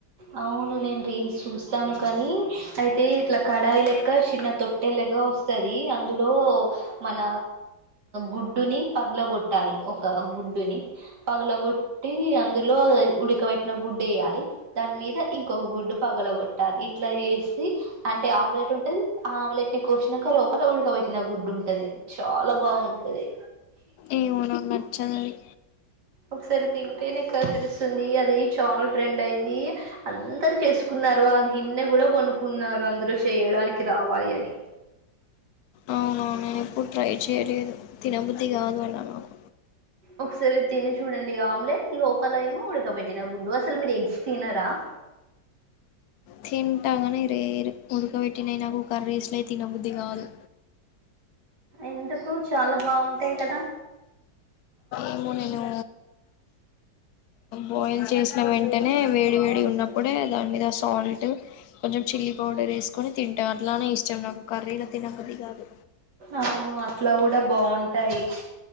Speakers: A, on the right; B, on the left.
A: అ అవును నేను రీల్స్ చూస్తాను కాని అయితే ఇట్లా కడాయి లెక్క చిన్న తొట్టేలగా వస్తుంది అందులో మన గుడ్డుని పగలగొట్టాలి ఒక గుడ్డుని పగలగొట్టి అందులో ఉడకబెట్టిన గుడ్డు డ్డేయాలి దాని మీద ఇంకొక గుడ్డు పగల కొట్టాలి ఇట్లా చేసి అంటే ఆమ్లెట్ ఉంటది ఆమ్లెట్ కోసినాక లోపల ఉడకబేట్టిన గుడ్డు ఉంటది చాలా బాగుంటది
B: ఏమో నాకు నచ్చదు అది
A: ఒకసారి తింటేనే కదా తెలుస్తుంది అది చాలా ట్రెండ్ అయింది అందరు చేసుకు కున్నారు ఆ గిన్నె కూడా కొనుక్కున్నారు అందులో చేయడానికి రావాలి అని
B: అవునవునునేను ఎప్పుడు ట్రై చేయలేదు తినబుద్ధది కాదు అలా నాకు
A: ఒకసారి తిని చూడండి ఆమ్లెట్ లోపల ఏమో ఉడకబెట్న గుడ్డు అసలు మీరు ఎగ్స్ తినారా సదా
B: తింటా కనీ రేర్ ఉడుక బెటినాయి నాకు కర్రీస్ లై తినబుద్ధి కాదు
A: ఎందుకు చాలా బాగుంటాయి కదా
B: ఏమో నేను బాయిల్ చేసిన వెంటనే వేడి వేడి ఉన్నప్పుడు ప్పుడే దాని మీద సాల్ట్ కొంచెం చిల్లీ పౌడర్ వేసుకొని తింటా అట్లానే ఇష్టం నాకు కర్రీలో తినబుద్ధి కాదు
A: అవును అట్లా కూడా బాగుంట ది